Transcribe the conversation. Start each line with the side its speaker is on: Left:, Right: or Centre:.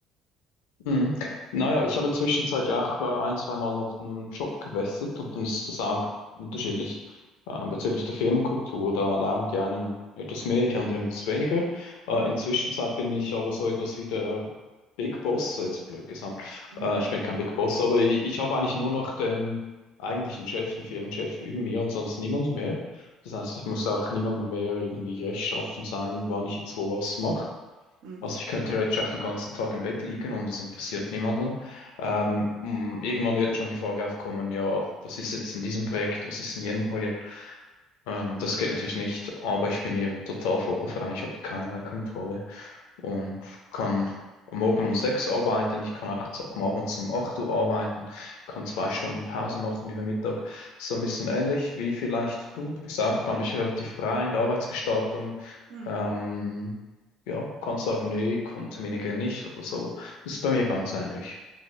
Left: Mhm. Naja, ich habe inzwischen seit ja auch äh, ein, zweimal noch den Job gewechselt und dann ist das auch unterschiedlich äh, bezüglich der Firmenkultur. Da erlauben die einen etwas mehr, die anderen etwas weniger. Äh,
Right: Mhm.
Left: inzwischen Zeit bin ich aber so etwas wie der Big Boss, jetzt blöd gesagt.
Right: Mhm.
Left: Äh, ich bin kein Big Boss, aber ich, ich habe eigentlich nur noch den eigentlichen Chef, den Firmenchef über mir und sonst niemand mehr. Das heißt, ich muss auch niemandem mehr irgendwie rechtschaffen sein, wann ich jetzt wo was mache.
Right: Mhm.
Left: Also ich könnte theoretisch auch den ganzen Tag im Bett liegen und das interessiert niemanden. Ähm, m, irgendwann wird schon die Frage aufkommen, ja, was ist jetzt in diesem Projekt, was ist in jenem Projekt? Ähm, das geht natürlich nicht, aber ich bin hier total vogelfrei, ich habe hier keinerlei Kontrolle und kann am morgen um sechs arbeiten, ich kann nachts am Abend um 8 Uhr arbeiten, kann zwei Stunden Pause machen über Mittag. So ein bisschen ähnlich wie vielleicht du. Du bist auch, glaube ich, relativ frei in der Arbeitsgestaltung.
Right: Mhm.
Left: Ähm, ja, kannst sagen, nee, Kon- Termine gehen nicht oder so. Das ist bei mir ganz ähnlich.